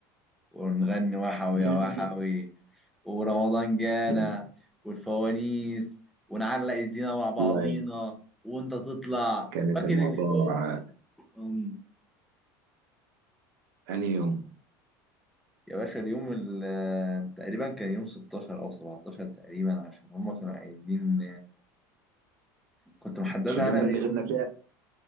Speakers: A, in the centre; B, on the right (about 85°).
A: ونغني وحوي
B: لا
A: يا وحوي
B: لا
A: ورمضان جانا
B: لا لا
A: والفوانيس ونعلق الزينة مع بعضينا
B: والله
A: وانت تطلع
B: كانت
A: فاكر
B: الموضوع
A: اليوم أم،
B: انهي يوم
A: يا باشا اليوم ال- تقريبا كان يوم 16 او 17 تقريبا عشان هما كانوا قايلين كنت محددها
B: مش اليوم
A: انا
B: ده
A: بيوم
B: اللي غبنا فيه